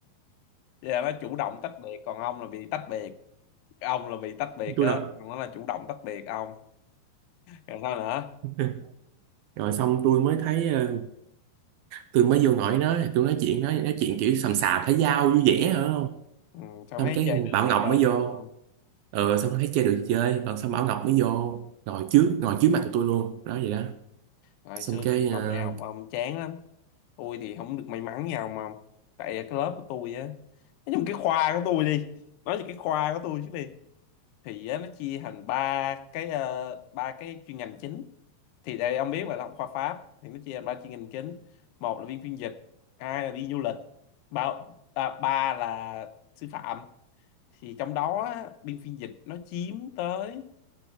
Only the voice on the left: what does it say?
vậy là nó chủ động tách biệt còn ông là bị tách biệt ông là bị tách biệt
á
còn nó là chủ động tách biệt ông Còn sao nữa
ừ, sao
mấy
chơi được
thì
chơi
đúng
không
hồi
xưa
tôi đi
học đại học ông chán lắm tôi thì không được may mắn nhau mà tại cái lớp của tôi á nói chung cái khoa của tôi đi nói về cái khoa của tôi chứ đi thì á, nó chia thành ba cái ờ, ba cái chuyên ngành chính thì đây ông biết mà là học khoa Pháp thì nó chia thành ba chuyên ngành chính một là viên phiên dịch hai là viên du lịch ba à, ba là sư phạm thì trong đó á, biên phiên dịch nó chiếm tới